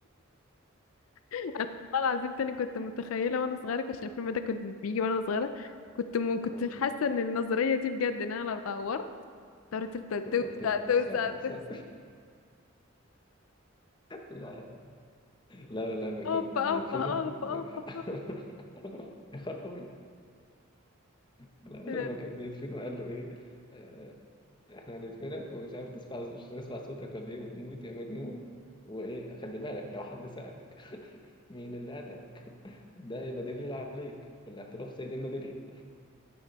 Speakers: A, on the left (about 80°); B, on the left (about 20°).
A: انا والله العظيم تاني كنت متخيله وانا صغيره كنت عشان الفيلم ده كنت بيجي وانا صغيره كنت م... كنت
B: <laughs> آه،
A: حاسه ان النظريه دي بجد ان انا لو اتعورت تعرف تفضل توسع
B: تفضل توسع
A: توسع توسع
B: توسع <laughs> لا لا لا لما كان
A: اوبا
B: بيدفنوا
A: اوبا اوبا
B: بي...
A: اوبا
B: <laughs> يا خرابي لا
A: أوبا.
B: لما كان بيدفنوا قال له ايه آه، احنا هندفنك ومش عارف تسمع مش هتسمع صوتك ولا ايه وتموت يا مجنون وايه خلي بالك لو حد سألك مين اللي قتل ده يبقى دليل عليك والاعتراف سيد المدلل